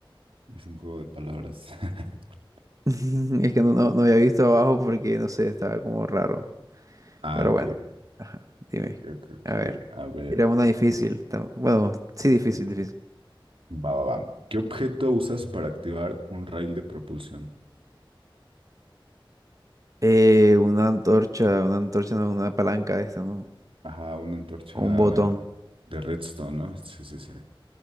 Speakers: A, on the right (about 80°); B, on the right (about 40°).
A: Es un juego de palabras. <laughs>
B: <laughs> Es que no, no, no había visto abajo porque, no sé, estaba como raro.
A: Ah,
B: Pero
A: ok.
B: bueno, ajá, dime.
A: Creo, creo que,
B: A ver,
A: a ver,
B: era una difícil. tam- Bueno, sí, difícil, difícil.
A: va, va, va. ¿Qué objeto usas para activar un rail de propulsión?
B: Eh, una antorcha, una antorcha, no, una palanca de esta, ¿no?
A: Ajá, una antorcha
B: O un botón.
A: de redstone, ¿no? Sí, sí, sí.